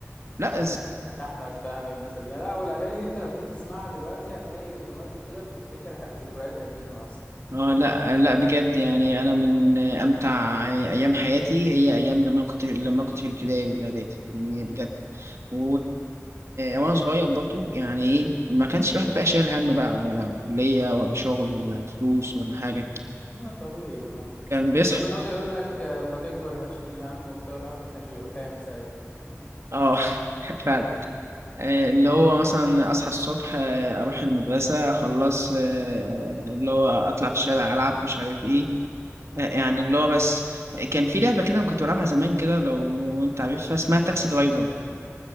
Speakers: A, on the right; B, on the left.
A: لا
B: <laughs> كان في احمد فهمي والناس دي لا والاغاني دي انت لو جيت تسمعها دلوقتي هتلاقي اوتوماتيك كده بتفتكر ح- ذكريات قديمه اصلا
A: اه لا لا بجد يعني انا من امتع ايام حياتي هي ايام لما كنت لما كنت في الابتدائي والاعدادي يعني
B: مم.
A: بجد و... وانا صغير برضو يعني ايه ما كانش الواحد بقى شايل هم بقى ولا كلية ولا شغل ولا فلوس ولا حاجة
B: لا طبيعي اه
A: كان بيصحى
B: كان يقعد يقول لك آه، اما تكبر هتشيل الهم وبتاع الواحد ما كانش بيبقى فاهم ساعتها <laughs>
A: اه <laughs> فعلا آه، اللي هو مثلا اصحى الصبح آه، اروح المدرسة اخلص آه، اللي هو اطلع في الشارع العب مش عارف ايه يعني
B: امم
A: اللي هو بس كان في لعبة كده أنا كنت بلعبها زمان كده لو أنت عارفها اسمها تاكسي درايفر